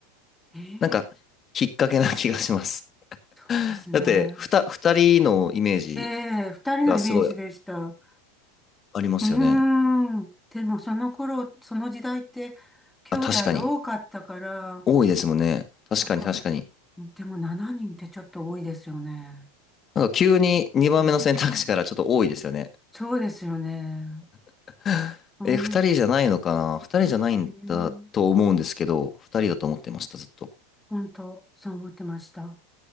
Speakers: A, in the centre; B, on the left.
A: えー、
B: なんか、引っ掛けな気がします。
A: そうですね。
B: <laughs> だって、ふた、二人のイメージ
A: ええ、二人のイメージでした。
B: がすごい
A: う
B: ありますよね。
A: ーん。でも、その頃、その時代って、兄弟多かったから、
B: あ、確かに。多いですもんね。確かに確かに。
A: なんか、でも7人ってちょっと多いですよね。
B: なんか急に2番目の選択肢からちょっと多いですよね。
A: うん、そうですよね。
B: <laughs>
A: うん。
B: え、二人じゃないのかな二人じゃないんだと思うんですけど、
A: ね
B: 二人だと思ってました、ずっと。
A: 本当、そう思ってました。